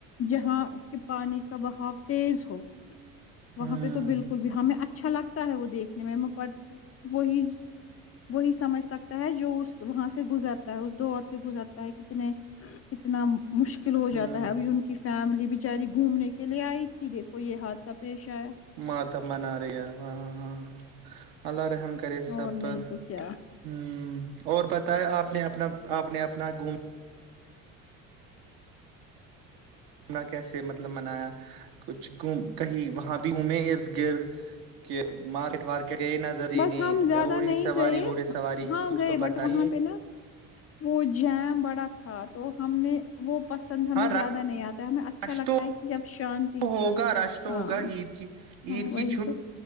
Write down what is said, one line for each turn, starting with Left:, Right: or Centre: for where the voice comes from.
Left: جہاں کہ پانی کا بہاؤ تیز ہو <inaudible> وہاں
Right: ہوں
Left: پہ تو بالکل بھی ہمیں اچھ اچھا لگتا ہے وہ دیکھنے میں پٹ وہی وہی سمجھ سکتا ہے جو جو اس وہاں سے گزرتا اس دور سے گزرتا ہے کتنے کتنا مشکل ہو جاتا
Right: ہوں
Left: ہے ابھی ان کی فیملی بچاری گھومنے کے لیے آئی تھی دیکھو یہ حادثہ پیش آیا
Right: مات منا رہ ہے ہاں ہاں ہاں الگ ام کرے
Left: اور
Right: سب
Left: نہیں
Right: پر
Left: تو کیا
Right: ہ اور بتایا آپ نے اپنا آپ نے اپنا گوم نا کیسے مطلب منایا کچھ گم کہیں وہاں بھی ہ میں ارد گرد کے مارکیٹ وارکیٹ گئے نظر دینے
Left: بس ہم
Right: یا
Left: زیادہ
Right: گھوڑی
Left: نہیں
Right: سواری
Left: گئے
Right: ووڑی سواری
Left: ہاں
Right: کی کچھ
Left: گئے
Right: تو
Left: بٹ
Right: بتائیے
Left: وہاں پہ نا وہ جیم بڑا تھا تو ہم نے وہ پسند ہمیں
Right: ہاں
Left: زیادہ نہیں آتا ہے ہمیں اچھا
Right: رش
Left: لگتا
Right: تو
Left: ہے کہ جب شانتی
Right: ہوگا رش تو
Left: ہاں
Right: ہوگا عید کی عید
Left: ہاں
Right: کی
Left: وہی تو